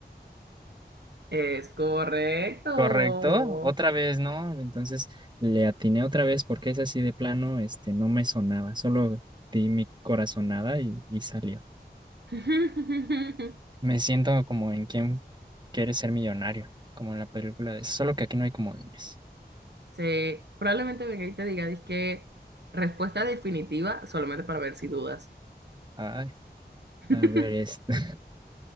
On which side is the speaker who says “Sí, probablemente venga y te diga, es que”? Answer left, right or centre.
Right